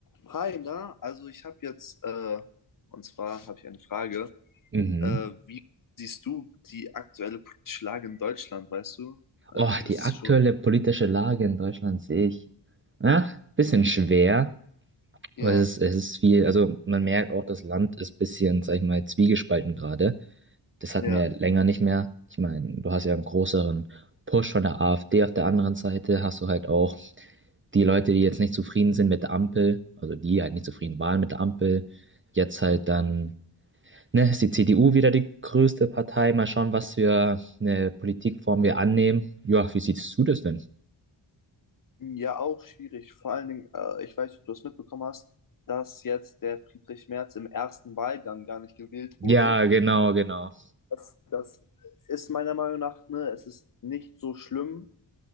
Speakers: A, on the left (about 45°); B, on the right (about 30°).
A: Hi, na, also ich habe jetzt, äh, und zwar habe ich eine Frage.
B: Mhm.
A: Äh, wie siehst du die aktuelle politische Lage in Deutschland, weißt du? Äh,
B: Oh, die
A: ist
B: aktuelle
A: schon,
B: politische Lage in Deutschland sehe ich, ja, bisschen schwer.
A: ja,
B: Aber Es ist, es ist viel, also man merkt auch, das Land ist bisschen, sag ich mal, zwiegespalten gerade. Das hatten
A: ja,
B: wir länger nicht mehr. Ich meine, du hast ja einen größeren Push von der AfD. Auf der anderen Seite hast du halt auch die Leute, die jetzt nicht zufrieden sind mit der Ampel, also die halt nicht zufrieden waren mit der Ampel, jetzt halt dann Ne, ist die CDU wieder die größte Partei. Mal schauen, was für eine Politikform wir annehmen. Ja, wie siehst du das denn?
A: ja, auch schwierig. Vor allen Dingen, äh, ich weiß nicht, ob du das mitbekommen hast, dass jetzt der Friedrich Merz im ersten Wahlgang gar nicht gewählt
B: Ja,
A: wurde.
B: genau, genau.
A: Das, das ist meiner Meinung nach, ne, es ist nicht so schlimm,